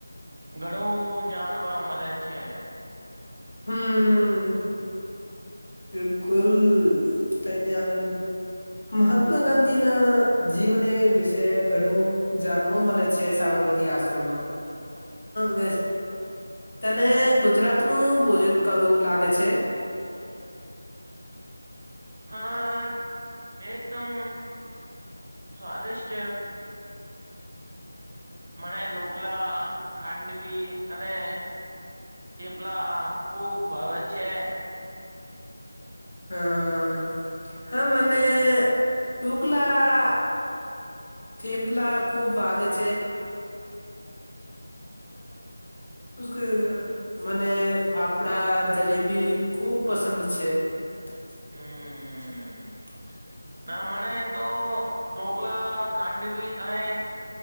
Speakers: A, on the right; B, on the left.
A: ઘણું જાણવા મલે છે
B: હમ બિલકુલ ત આમ મહાત્મા ગાંધી ને જીવને વિશે ઘણું જાણવા મળે છે સાબરમતી આશ્રમ વ તને ગુજરાતનું ભોજન કરવું લાગે છે
A: હા એકદમ સ્વાદિષ્ટ મને ઢોકલા ખાંડવી અને થેપલા ખુબ ભાવે છે
B: હા હા મને ટુકલા થેપલા ખૂબ ભાવાે છે <inaudible> મને ફાફડા જલેબી ખૂબ પસંદ છે <inaudible>
A: હમ ના મણે તો ઢોકળા ખાંડવી અને